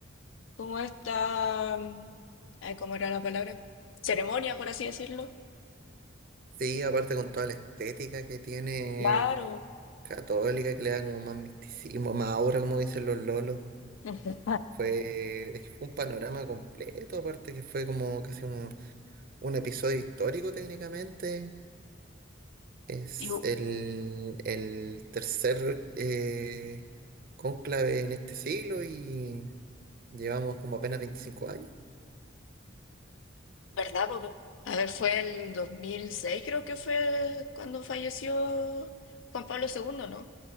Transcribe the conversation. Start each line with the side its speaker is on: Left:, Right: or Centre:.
Left: como esta, mm, ay, ¿cómo era la palabra? Ceremonia, por así decirlo.
Right: Sí, aparte con toda la estética que tiene
Left: Claro.
Right: Católica, que le da como más misticismo, más aura, como dicen los lolos.
Left: Ujú.
Right: Fue, es que fue un panorama completo, aparte que fue como casi como un episodio histórico técnicamente. Es
Left: Y,
Right: el, el tercer eh, cónclave en este siglo y Llevamos como apenas 25 años.
Left: ¿verdad, papá? A ver, fue el 2006, creo que fue cuando falleció Juan Pablo segundo, ¿no?